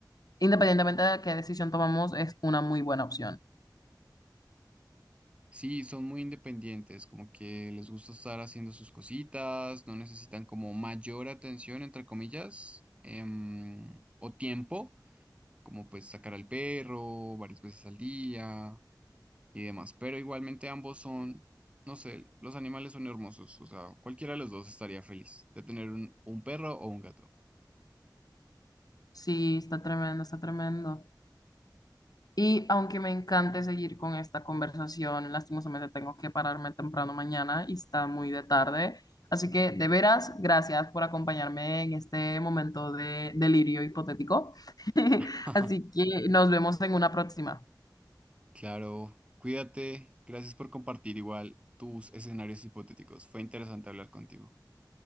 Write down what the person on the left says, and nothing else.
independientemente de qué decisión tomamos, es una muy buena opción.
Sí, está tremendo, está tremendo. Y aunque me encante seguir con esta conversación, lastimosamente tengo que pararme temprano mañana y está muy de tarde. Así que, de veras, gracias por acompañarme en este momento de delirio hipotético. <laughs>
Así que nos vemos en una próxima.